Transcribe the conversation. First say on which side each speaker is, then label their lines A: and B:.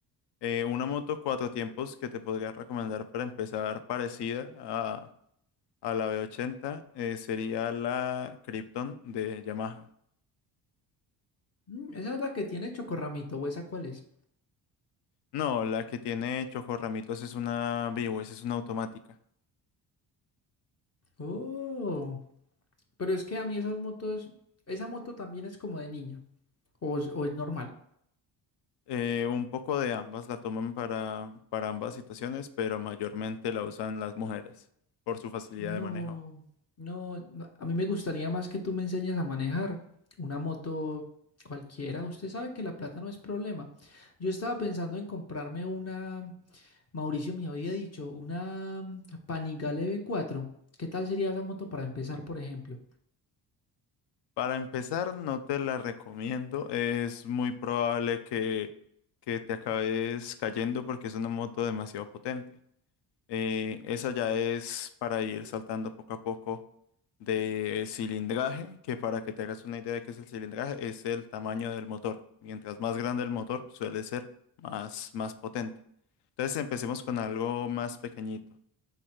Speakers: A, on the left; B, on the left.
A: Eh, una moto cuatro tiempos que te podría recomendar para empezar parecida a, a la V80 eh, sería la Krypton de Yamaha.
B: Mm, Esa es la que tiene chocorramito, ¿o esa cuál es?
A: No, la que tiene chocorramitos es una V-Ways, es una automática.
B: Oh, pero es que a mí esas motos, esa moto también es como de niña, o, es- o es normal.
A: Eh, un poco de ambas la toman para, para ambas situaciones, pero mayormente la usan las mujeres por su facilidad
B: No,
A: de manejo.
B: no, no, a mí me gustaría más que tú me enseñes a manejar una moto cualquiera. Usted sabe que la plata no es problema. Yo estaba pensando en comprarme una, Mauricio me había dicho, una Panigale v cuatro ¿Qué tal sería esa moto para empezar, por ejemplo?
A: Para empezar, no te la recomiendo. Es muy probable que, que te acabes cayendo porque es una moto demasiado potente. Eh, esa ya es para ir saltando poco a poco de cilindraje, que para que te hagas una idea de qué es el cilindraje, es el tamaño del motor. Mientras más grande el motor, suele ser más, más potente. Entonces empecemos con algo más pequeñito.